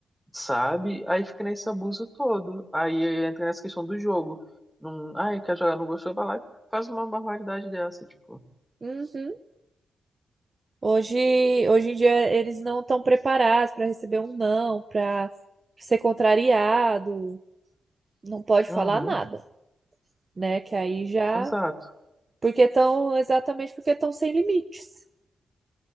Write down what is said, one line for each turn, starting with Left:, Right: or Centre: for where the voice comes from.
Centre: sabe? Aí fica nesse abuso todo. Aí entra nessa questão do jogo. Não, ai, quer jogar, não gostou, vai lá e faz uma barbaridade dessa, tipo.
Right: Uhum. Hoje, hoje em dia eles não estão preparados pra receber um não, pra ser contrariado. Não pode
Centre: Uhum,
Right: falar nada, né? Que aí já
Centre: exato,
Right: Porque estão, exatamente porque estão sem limites.